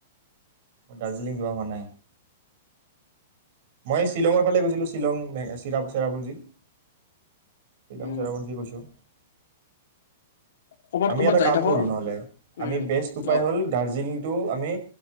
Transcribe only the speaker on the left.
উম
ক'বাত
ক'বাত
যাই
থাক
উম
অ